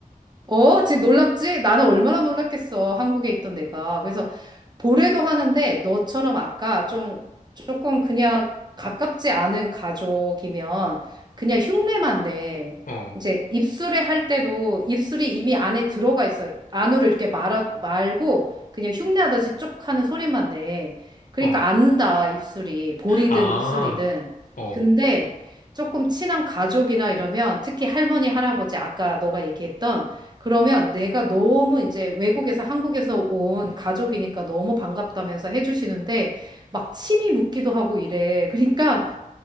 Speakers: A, on the right; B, on the left.
A: 어, 지금 놀랍지? 나는 얼마나 놀랐겠어. 한국에 있던 내가. 그래서 보래도 하는데 너처럼 아까 좀 조금 그냥 가깝지 않은 가족이면 그냥 흉내만 내.
B: 어.
A: 이제 입술에 할 때도 입술이 이미 안에 들어가 있어. 안으로 이렇게 말아 말고 그냥 흉내하듯이 쪽 하는 소리만 내. 그러니까
B: 어.
A: 안다, 입술이. 볼이든
B: 아.
A: 입술이든.
B: 어.
A: 근데 조금 친한 가족이나 이러면 특히 할머니, 할아버지 아까 너가 얘기했던 그러면 내가 너무 이제 외국에서 한국에서 온 가족이니까 너무 반갑다면서 해주시는데 막 침이 묻기도 하고 이래. 그러니까